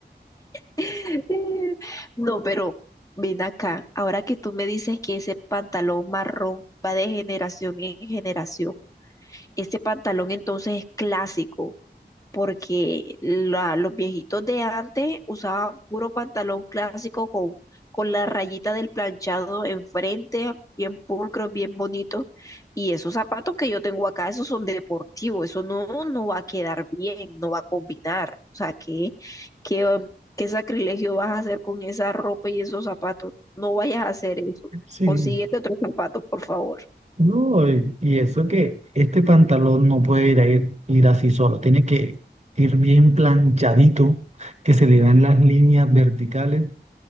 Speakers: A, on the left (about 20°); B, on the right (about 40°).
A: <laughs> No, pero ven acá, ahora que tú me dices que ese pantalón marrón va de generación en generación, ese pantalón entonces es clásico porque la- los viejitos de antes usaban puro pantalón clásico con, con la rayita del planchado enfrente, bien pulcro, bien bonito. Y esos zapatos que yo tengo acá, esos son deportivos, eso no, no va a quedar bien, no va a combinar. O sea, ¿qué, qué, qué sacrilegio vas a hacer con esa ropa y esos zapatos? No vayas a hacer eso.
B: Sí.
A: Consíguete otros zapatos, por favor.
B: No, y y eso que este pantalón no puede ir, a ir, ir así solo, tiene que ir bien planchadito, que se le vean las líneas verticales